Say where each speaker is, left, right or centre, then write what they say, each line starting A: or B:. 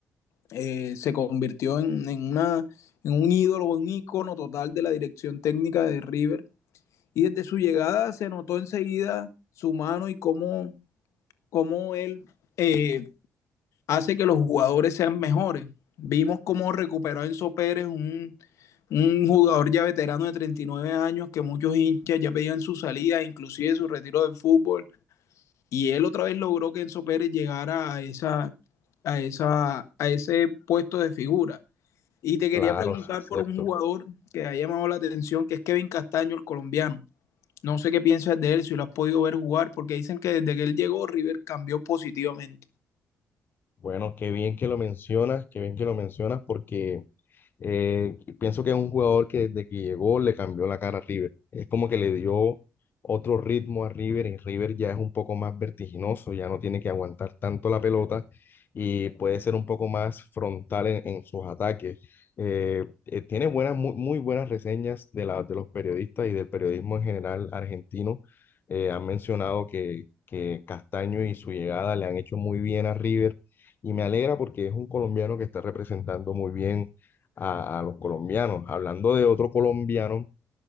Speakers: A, on the left; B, on the left.
A: eh, se convirtió en, en, una, en un ídolo, un ícono total de la dirección técnica de River. Y desde su llegada se notó enseguida su mano y cómo, cómo él eh, hace que los jugadores sean mejores. Vimos cómo recuperó a Enzo Pérez, un, un jugador ya veterano de 39 años que muchos hinchas ya pedían su salida, inclusive su retiro del fútbol. Y él otra vez logró que Enzo Pérez llegara a, esa, a, esa, a ese puesto de figura. Y te
B: Claro,
A: quería preguntar
B: sí es
A: por
B: cierto.
A: un jugador que ha llamado la atención, que es Kevin Castaño, el colombiano. No sé qué piensas de él, si lo has podido ver jugar, porque dicen que desde que él llegó, River cambió positivamente.
B: Bueno, qué bien que lo mencionas, qué bien que lo mencionas porque Eh, pienso que es un jugador que desde que llegó le cambió la cara a River. Es como que le dio otro ritmo a River y River ya es un poco más vertiginoso, ya no tiene que aguantar tanto la pelota y puede ser un poco más frontal en, en sus ataques. Eh, eh, tiene buenas, muy, muy buenas reseñas de, la, de los periodistas y del periodismo en general argentino. Eh, han mencionado que, que Castaño y su llegada le han hecho muy bien a River. Y me alegra porque es un colombiano que está representando muy bien a, a los colombianos. Hablando de otro colombiano,